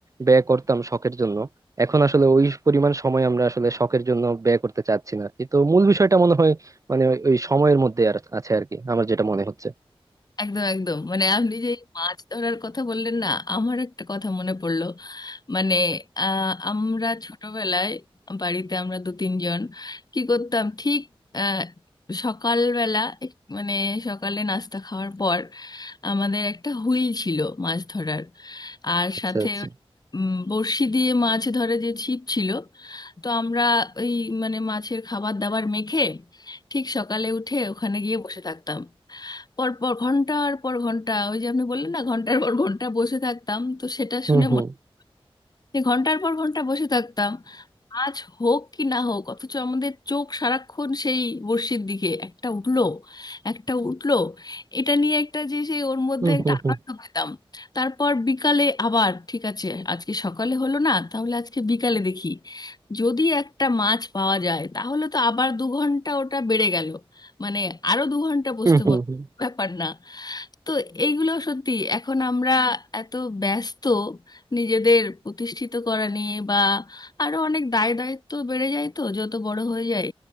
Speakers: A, on the right; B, on the left.
A: ব্যয় করতাম শখের জন্য এখন আসলে ওই পরিমাণ সময় আমরা আসলে শখের জন্য ব্যয় করতে চাচ্ছি না কিন্তু মূল বিষয়টা মনে হয় মানে ওই ওই সময়ের মধ্যে আর আছে আর কি আমার যেটা মনে হচ্ছে
B: একদম একদম মানে আপনি যে এই মাছ ধরার কথা বললেন না আমার একটা কথা মনে পড়লো মানে আহ, আমরা ছোটবেলায় বাড়িতে আমরা দু তিনজন কি করতাম ঠিক আহ, সকালবেলা এক- মানে সকালে নাস্তা খাওয়ার পর আমাদের একটা হুইল ছিল মাছ ধরার আর
A: আচ্ছা
B: সাথে
A: আচ্ছা
B: উম, বড়শি দিয়ে মাছ ধরে যে ছিপ ছিল তো আমরা ওই মানে মাছের খাবার দাবার মেখে ঠিক সকালে উঠে ওখানে গিয়ে বসে থাকতাম পর পর ঘন্টার পর ঘন্টা ওই যে আপনি বললেন না ঘন্টার পর ঘন্টা বসে থাকতাম তো সেটা
A: হুম
B: শুনে
A: হুম
B: মনে যে ঘন্টার পর ঘন্টা বসে থাকতাম মাছ হোক কি না হোক অথচ আমাদের চোখ সারাক্ষণ সেই বড়শির দিকে একটা উঠলো একটা উঠলো এটা নিয়ে একটা যে সেই ওর মধ্যে
A: হুম
B: একটা
A: হুম
B: আনন্দ
A: হুম
B: পেতাম তারপর বিকালে আবার ঠিক আছে আজকে সকালে হলো না তাহলে আজকে বিকালে দেখি যদি একটা মাছ পাওয়া যায় তাহলে তো আবার দু ঘন্টা ওটা বেড়ে গেল মানে আরো দু ঘন্টা বসতে
A: হুম হুম
B: পার
A: হুম
B: ব্যাপার না তো এইগুলো সত্যি এখন আমরা এত ব্যস্ত নিজেদের প্রতিষ্ঠিত করা নিয়ে বা আরো অনেক দায় দায়িত্ব বেড়ে যায় তো যত বড় হয়ে যায়